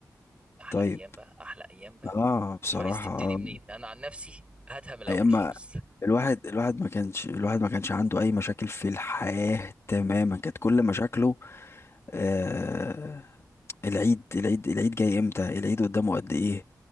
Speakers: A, on the right; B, on the left.
A: أحلى
B: طيب
A: أيام بقى أحلى أيام بقى
B: اه بصراحة
A: شوف عايز تبتدي
B: آه.
A: منين أنا عن نفسي هاتها من الأول
B: ايام ما
A: خالص
B: الواحد الواحد ما كانش الواحد ما كانش عنده اي مشاكل في الحياة تماما كانت كل مشاكله آه... العيد العيد العيد جاي امتى العيد قدامه قد ايه